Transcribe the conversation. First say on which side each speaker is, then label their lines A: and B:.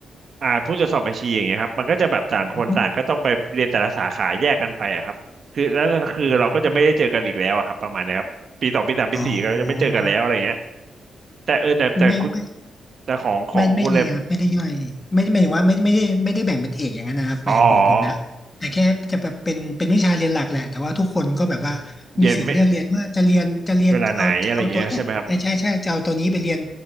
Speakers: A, on the right; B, on the left.
A: อ่าผู้ตรวจสอบบัญชีอย่างเงี้ยครับมันก็จะแบบต่างคนต่างก็ต้องไปเรียนแต่ละสาขาแยกกันไปอะครับคือแล้วก็คือเราก็จะไม่ได้เจอกันอีกแล้วอะครับประมาณเนี้ยครับ
B: อืมอ
A: ปีสองปีสามปีสี่ก็จะไม่เจอกันแล้วอะไรเงี้ย
B: อ๋อ
A: แต่เออแต่แต่คุณ
B: ไม่ไม่
A: แต่ของของคุณเลย
B: ไม่ไม่มีครับไม่ได้ย่อยไม่ไม่หมายถึงว่าไม่ไม่ได้ไม่ได้แบ่งเป็นเอกอย่างนั้นนะครับหมายถึงของผมนะแต่แค่จะแบบเป็นเป็นวิชาเรียนหลักแหละแต่ว่าทุกคนก็แบบว่ามีสิทธิ์เลือกเรียนว่าจะเรียนจะเรียนเอาจะเอาตัวเนี้ยใช่ใช่ใช่จะเอาตัวนี้ไปเรียน
A: อ๋อเย็นไม่เวลาไหนอะไรเงี้ยใช่ไหมครับ